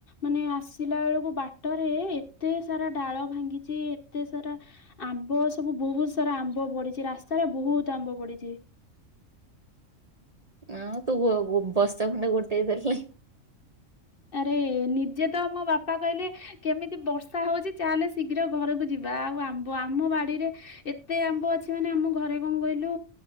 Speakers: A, on the left; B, on the right.
A: ମାନେ ଆସିଲା ବେଳକୁ ବାଟରେ ଏତେ ସାରା ଡାଳ ଭାଙ୍ଗିଛି ଏତେ ସାରା ଆମ୍ବ ସବୁ ବହୁତ ସାରା ଆମ୍ବ ବଡିିଛି ରାସ୍ତାରେ ବହୁତ ଆମ୍ବ ବଡିଛି।
B: ନାଁ ତୁ ବସ୍ତା ଖଣ୍ଡେ ଗୋଟେ ଦେରିଲ।
A: ଆରେ ନିଜେ ତ ମୋ ବାପା କହିଲେ। କେମିତି ବର୍ଷା ହୋଉଚି ଚାଲେ ଶୀଘ୍ର ଘରକୁ ଯିବା ଆଉ ଆମ୍ବ ଆମ ବାଡିରେ ଏତେ ଆମ୍ବ ଅଛି ମାନେ ଆମ ଘରେ କଣ କହିଲୁ